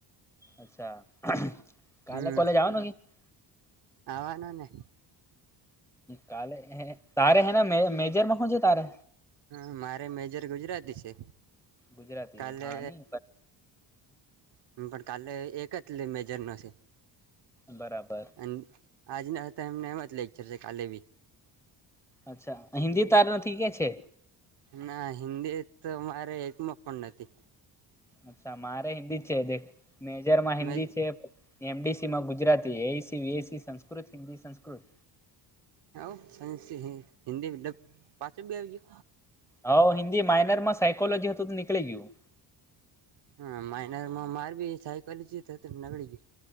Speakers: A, in the centre; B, on the right.
A: અચ્છા કાલે
B: હમ્મ
A: કોલેજ આવવાનું કે
B: આવવાનુંને
A: કાલે હે તારે હે મેજરમાં છેે, તારે
B: હા મારે મેજર ગુજરાતી છે
A: ગુજરાતી
B: કાલે
A: હા નહી
B: હમ્મ પણ કાલે એક જ લે મેજર નશે.
A: બરાબર.
B: અને આજ નાતા એમને મત લે ચશે કાલે ભી.
A: અચ્છા હિન્દી તાર નથી કે છે.
B: ના હિન્દી તો મારે એકમાં પણ નથી.
A: અચ્છા મારે હિન્દી જ છે દ મેજર માં હિન્દી
B: મે
A: છે. એમડીસી માં ગુજરાતી એસી વસી સંસ્કૃત હિન્દી સંસ્કૃત
B: હ સા હિન્દીલબ પાચો બી આવી.
A: હ હિન્દી માઇનર માં સાયકોલોજી હતું તો નીકળી ગયું.
B: હમ મા મારબી સાઈકલ જત નગડી.